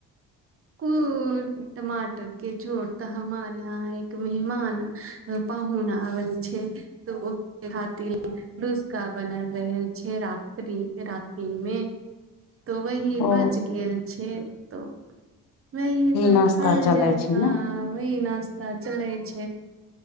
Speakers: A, on the right; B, on the left.
A: कू टमा टर के झोड़ तऽ हमार यहा एक मेहमान पाहुन आवल छै तऽ ओ खतिर ढूस्का बना रहल छै राति रााति मे तो वही
B: ओ
A: बच गेल छै तऽ वही सब
B: नास्ता
A: खायल
B: चलै
A: जाय
B: छै
A: ह
B: ने
A: वहि नाश्त चलै छै